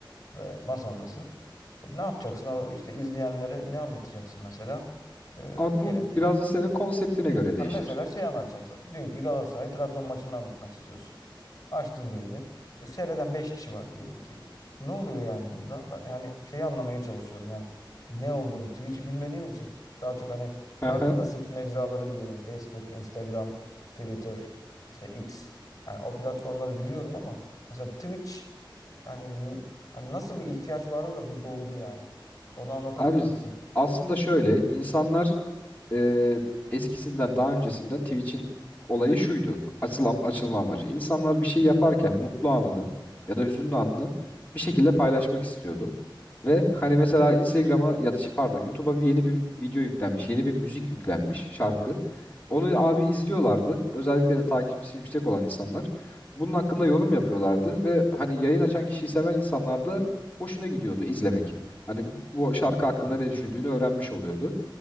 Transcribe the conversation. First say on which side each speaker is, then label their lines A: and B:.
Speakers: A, on the left; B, on the left.
A: ve masandasın. E, Ne yapacaksın? O İşte izleyenlere ne anlatacaksın mesela? Ee,
B: Abi bu
A: diyelim ki
B: biraz da senin konseptine göre değişir.
A: Ha mesela şey anlatacaksın. Dünkü Galatasaray Trabzon maçını anlatmak istiyorsun. Açtın yayını. E, seyreden 5 kişi var diyelim ki. Ne oluyor yani burada? Ben yani şeyi anlamaya çalışıyorum. Yani ne olduğunu Twitch'i bilmediğim için daha çok hani
B: <laughs>
A: daha klasik mecraları biliyorum. Facebook, Instagram, Twitter, işte X. Yani o platformları biliyorum ama mesela Twitch yani n- hani nasıl bir ihtiyaç vardı da bu doğdu yani. Onu anlatabilir
B: Abi
A: misin?
B: s- aslında şöyle insanlar e, eskisinden daha öncesinden Twitch'in olayı şuydu. Açılan, açılma amacı. İnsanlar bir şey yaparken mutlu anını ya da hüzünlü anını bir şekilde paylaşmak istiyordu. Ve hani mesela Instagram'a ya da şey, pardon YouTube'a bir yeni bir video yüklenmiş, yeni bir müzik yüklenmiş şarkı. Onu abi izliyorlardı. Özellikle de takipçisi yüksek olan insanlar. Bunun hakkında yorum yapıyorlardı ve hani yayın açan kişiyi seven insanlar da hoşuna gidiyordu izlemek. Hani bu şarkı hakkında ne düşündüğünü öğrenmiş oluyordu.